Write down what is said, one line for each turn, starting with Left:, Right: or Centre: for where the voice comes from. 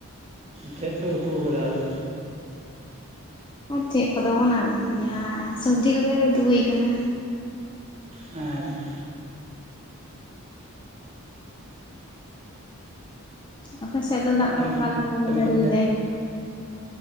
Right: ᱪᱮᱫ ᱯᱮ ᱩᱛᱩ ᱠᱟᱫᱟ ᱟᱫᱚ?
Left: ᱟᱨ ᱪᱮᱫ ᱠᱚ ᱫᱚ ᱚᱱᱟ <inaudible> ᱛᱮᱭᱟ ᱥᱚᱵᱡᱤ ᱠᱚ ᱜᱮ ᱩᱛᱩ ᱦᱩᱭ ᱟᱠᱟᱱᱟ
Right: ᱟᱪᱪᱷᱟ
Left: ᱟᱯᱮ ᱥᱮᱫ ᱫᱚ ᱫᱟᱜ
Right: ᱠᱟᱹᱢᱤ
Left: ᱫᱚ ᱚᱠᱟ ᱞᱮᱠᱟ ᱡᱟᱹᱲᱤᱭ
Right: ᱠᱚ
Left: ᱮᱫᱟᱭ?